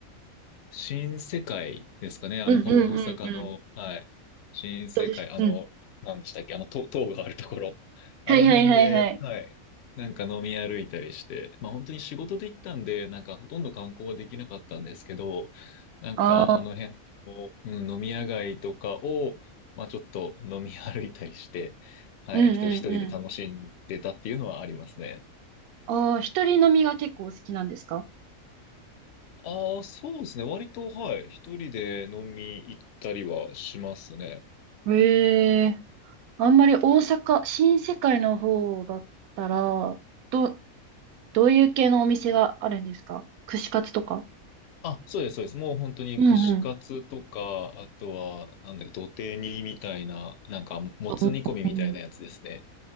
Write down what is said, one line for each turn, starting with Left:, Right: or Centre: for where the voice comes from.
Left: 新世界ですかね、あの、
Right: うんうんうんうん。
Left: 大阪の、はい。新世界、
Right: どうでしょううん。
Left: あの、何でしたっけ、あの、塔、塔があるところ。あの辺で、
Right: はいはいはいはい。
Left: はい。なんか飲み歩いたりして、まあ本当に仕事で行ったんで、なんかほとんど観光はできなかったんですけど、なんかあの辺を、
Right: ああ、
Left: うん、飲み屋街とかを、まあちょっと飲み歩いたりして、はい、
Right: うんうんうん。
Left: 一人一人で楽しんでたっていうのはありますね。
Right: ああ、一人飲みが結構好きなんですか
Left: ああ、そうですね。割と、はい。一人で飲み行ったりはしますね。
Right: ええあんまり大阪、新世界の方だったら、ど、どういう系のお店があるんですか串カツとか。
Left: あ、そうです、そうです。もう本当に串カツとか、
Right: うんうん。
Left: あとは、なんだっけ、土手煮みたいな、なんか、もつ煮込みみたいなやつですね。
Right: うんうん